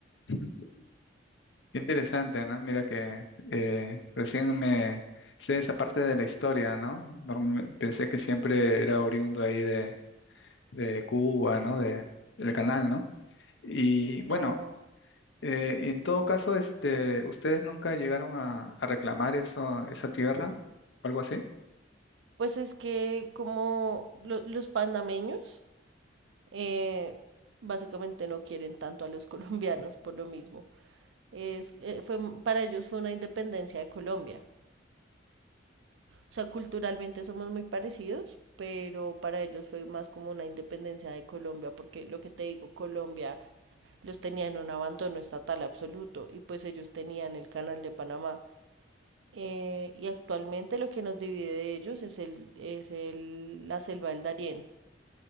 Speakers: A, on the left; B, on the right.
A: <laughs> Qué interesante, ¿no? Mira que eh, recién me sé esa parte de la historia, ¿no? Normal- pensé que siempre era oriundo ahí de, de Cuba, ¿no? De, del canal, ¿no? Y
B: No.
A: bueno, eh, en todo caso, este, ¿ustedes nunca llegaron a, a reclamar eso, esa tierra o algo así?
B: Pues es que como lo- los panameños eh, básicamente no quieren tanto a los <laughs> colombianos por lo mismo. Es, eh, fue, para ellos fue una independencia de Colombia. O sea, culturalmente somos muy parecidos, pero para ellos fue más como una independencia de Colombia, porque lo que te digo, Colombia los tenía en un abandono estatal absoluto y pues ellos tenían el canal de Panamá. Eh, y actualmente lo que nos divide de ellos es el, es el, la selva del Darién,